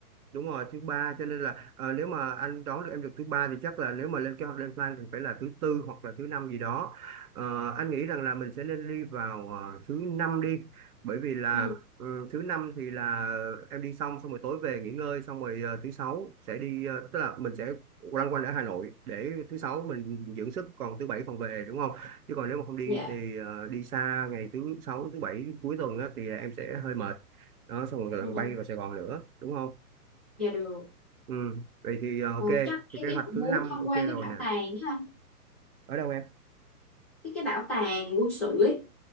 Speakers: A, on the right; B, in the centre.
A: đúng rồi thứ ba cho nên là ờ, nếu mà anh đón được em được thứ ba thì chắc là nếu mà lên kế hoạch lên plan thì phải là thứ tư hoặc là thứ năm gì đó Ờ, anh nghĩ rằng là mình sẽ nên đi vào ờ, thứ năm đi bởi vì là
B: ừ
A: ừ, thứ năm thì là em đi xong xong rồi tối về nghỉ ngơi xong rồi ờ, thứ sáu sẽ đi ờ, tức là mình sẽ loanh quanh ở Hà Nội để thứ sáu mình dưỡng sức còn thứ bảy còn về đúng không chứ còn nếu mà không đi
B: dạ
A: thì ờ, đi xa ngày thứ sáu thứ bảy cuối tuần á, thì em sẽ hơi mệt đó xong rồi
B: ừ.
A: lần bay
B: ừ.
A: vào Sài Gòn nữa đúng không
B: dạ được
A: Ừ, vậy thì ờ, ok,
B: Ờ, chắc em,
A: thì kế
B: em
A: hoạch
B: cũng
A: thứ
B: muốn
A: năm
B: tham
A: ok
B: quan
A: rồi
B: cái bảo
A: nè.
B: tàng đó anh
A: Ở đâu em?
B: cái cái bảo tàng quân sự ấy